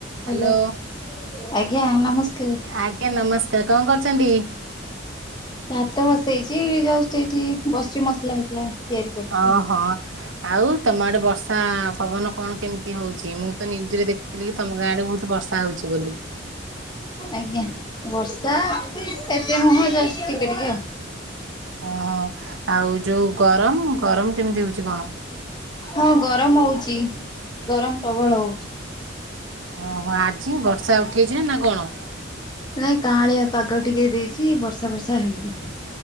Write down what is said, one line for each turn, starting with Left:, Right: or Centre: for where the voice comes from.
Left: Hello
Right: hello
Left: ଆଜ୍ଞା ନମସ୍କାର।
Right: ଆଜ୍ଞା ନମସ୍କା ତେବେ କଣ କରୁଚନ୍ତି?
Left: ଭାତ ବସେଇଚି ଜଷ୍ଟ ଏଇଠି ବସିଚି ମସଲା ଫସଲା ତିଆରି କରୁଛି
Right: ଓହୋ
Left: ଆଉ।
Right: ଆଉ ତମ ଆଡ଼େ ବର୍ଷ ଷା ପବନ କଣ କେମିତି ହଉଚି ମୁତ ନ୍ୟୁଜରେ ଦେଖିଥିଲିକି ତମ ଗାଁଆଡ଼େ ବହୁତ୍ ବର୍ଷା ହଉଚି ବୋଲି।
Left: ଆଜ୍ଞା ବର୍ଷା ଏତେନୁହଁ ଯଷ୍ଟ ଟିକେ ଟିକେ ଆଉ।
Right: ହଁ ଆଉ ଯୋଉ ଗରମ୍ ଗରମ କେମିତି ହଉଛି କଣ?
Left: ହଁ ଗରମ୍ ହଉଚି ଗରମ୍ ପ୍ରବଳ ହଉଚି।
Right: ଓହୋ ଆଜି ବର୍ଷା ଉଠେଇଚିନା କଣ?
Left: ନାଇଁ କାଁଳିଆ ପାଗ ଟିକେ ଦେଇଚି ବର୍ଷା ଫର୍ଷା ହେଇନି।